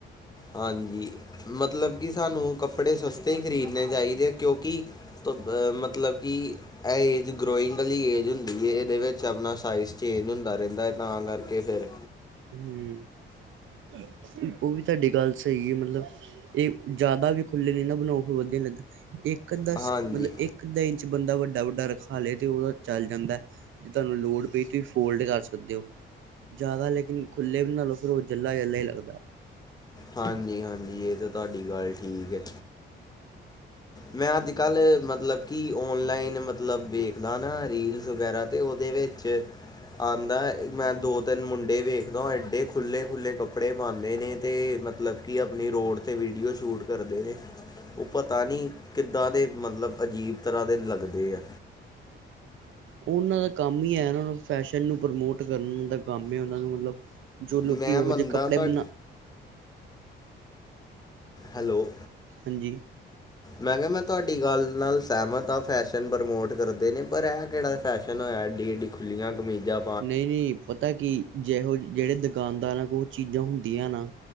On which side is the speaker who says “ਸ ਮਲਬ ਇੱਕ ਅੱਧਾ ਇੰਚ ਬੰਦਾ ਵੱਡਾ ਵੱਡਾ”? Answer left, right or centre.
Right